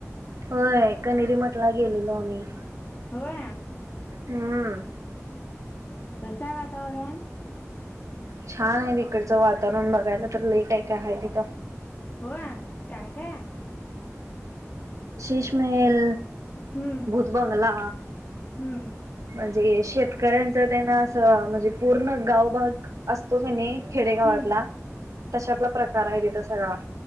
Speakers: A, on the right; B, on the left.
A: होय कनेरी मठला गेलेलो आम्ही
B: होय
A: हम्म
B: काय सांग आता बरा
A: छान आहे तिकडचं वातावरण बघायला तर लय काय काय हाय तिथ.
B: होय काय काय
A: शिशमेल
B: हम्म
A: भूतबंगला
B: हम्म
A: म्हणजे शेतकऱ्यांचा ते त्यांना असं म्हणजे पूर्ण गावभग असस्तो कनी खेडेगावातला
B: हम्म
A: तशातला प्रकार हाय तिथ सगळा